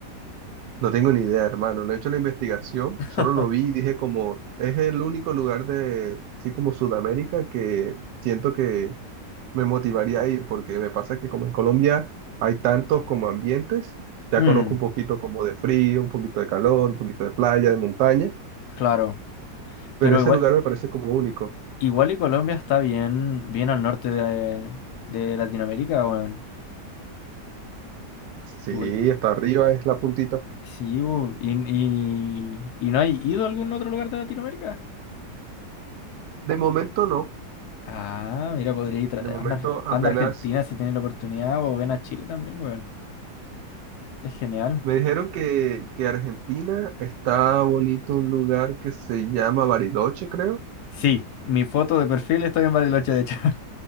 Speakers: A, on the right; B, on the left.
A: No tengo ni idea, hermano, no he hecho la investigación,
B: <laughs>
A: solo lo vi y dije como, es el único lugar de, así como Sudamérica que siento que me motivaría a ir, porque me pasa que como en Colombia hay tantos como ambientes, ya
B: Mm,
A: conozco un poquito como de frío, un poquito de calor, un poquito de playa, de montaña,
B: claro.
A: pero
B: Pero
A: ese
B: igual,
A: lugar me parece como único.
B: igual y Colombia está bien, bien al norte de, de Latinoamérica, weón.
A: Sí,
B: Igual-
A: hasta arriba es la puntita.
B: sí, bu, y, y, ¿y no hay ido a algún otro lugar de Latinoamérica?
A: De momento no,
B: Ah, mira, podría ir, tra-
A: de momento
B: anda, Arge- anda
A: apenas
B: a Argentina si tiene la oportunidad, o ven a Chile también, weón. Es genial.
A: me dijeron que, que Argentina está bonito un lugar que se llama Bariloche, creo.
B: Sí, mi foto de perfil estoy en Bariloche, de hecho.